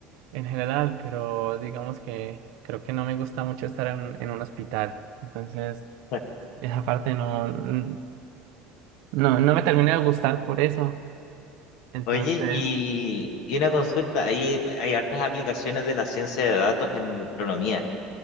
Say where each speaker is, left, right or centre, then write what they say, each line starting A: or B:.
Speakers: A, on the right; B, on the left.
A: en general, pero digamos que creo que no me gusta mucho estar en, en un hospital. Entonces,
B: <laughs>
A: esa parte no, n- no, no me termina de gustar por eso. Entonces,
B: Oye, y, y una consulta, ahí hay hartas aplicaciones de la ciencia de datos en la astronomía,